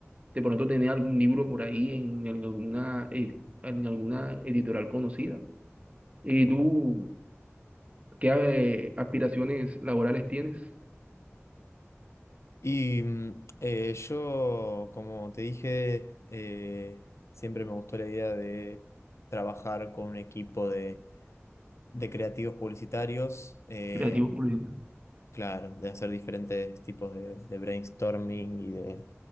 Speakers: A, on the right; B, on the left.
A: de pronto tener algún libro por ahí en, en alguna, ed- en alguna editorial conocida. ¿Y tú qué eh, aspiraciones laborales tienes?
B: Y mm, eh, yo, como te dije, eh, siempre me gustó la idea de trabajar con un equipo de, de creativos publicitarios. eh,
A: Creativo por ejemplo.
B: Claro, de hacer diferentes tipos de, de brainstorming y de